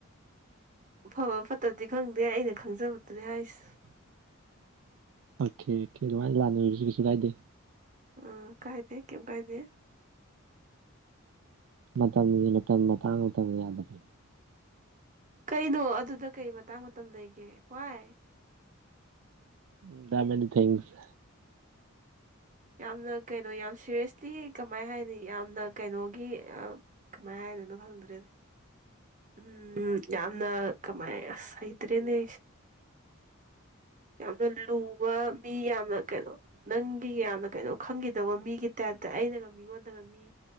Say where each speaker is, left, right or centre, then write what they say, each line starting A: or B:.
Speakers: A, on the right; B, on the right.
A: ꯑꯐꯕ ꯐꯠꯇꯕꯗꯤ ꯈꯪꯗꯦ ꯑꯩꯅ ꯈꯪꯖꯕꯗꯗꯤ ꯍꯥꯏꯁꯦ
B: ꯑꯣꯀꯦ ꯑꯣꯀꯦ ꯑꯗꯨꯃꯥꯏꯅ ꯂꯥꯟꯅꯔꯁꯨ ꯀꯩꯁꯨ ꯀꯥꯏꯗꯦ
A: ꯑ ꯀꯥꯏꯗꯦ ꯀꯦꯝ ꯀꯥꯏꯗꯦ
B: ꯃꯇꯝꯒꯤ ꯃꯇꯝ ꯃꯇꯥꯡ ꯃꯇꯝ ꯌꯥꯗꯕꯤ
A: ꯀꯩꯅꯣ ꯑꯗꯨꯗ ꯀꯩ ꯃꯇꯥꯡ ꯃꯇꯝ ꯂꯩꯒꯦ ꯋꯥꯏ
B: ꯎ ꯗꯗꯥ ꯃꯦꯅꯤ ꯊꯤꯡꯁ
A: ꯌꯥꯝꯅ ꯀꯩꯅꯣ ꯌꯥꯝ ꯁꯦꯔꯤꯌꯁꯂꯤ ꯀꯃꯥꯏ ꯍꯥꯏꯅꯤ ꯌꯥꯝꯅ ꯀꯩꯅꯣꯒꯤ ꯀꯃꯥꯏ ꯍꯥꯏꯗꯣꯏꯅꯣ ꯈꯪꯗ꯭ꯔꯦꯅꯦ ꯎꯝ ꯌꯥꯝꯅ ꯀꯃꯥꯏ ꯑꯁ ꯍꯩꯇ꯭ꯔꯦꯅꯦ ꯌꯥꯝꯅ ꯂꯨꯕ ꯃꯤ ꯌꯥꯝꯅ ꯀꯩꯅꯣ ꯅꯪꯒꯤ ꯌꯥꯝꯅ ꯀꯩꯅꯣ ꯈꯪꯈꯤꯗꯧꯕ ꯃꯤꯒꯤ ꯇꯥꯏꯞꯇ ꯑꯩꯅꯒ ꯃꯤꯉꯣꯟꯗꯒ ꯃꯤ